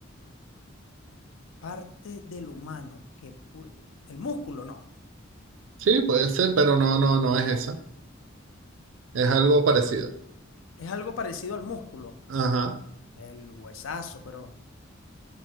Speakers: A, on the left (about 75°); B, on the right (about 70°).
A: Parte del humano que pu- el músculo no.
B: Sí, puede ser, pero no, no, no es eso. Es algo parecido.
A: Es algo parecido al músculo,
B: Ajá.
A: el huesazo, pero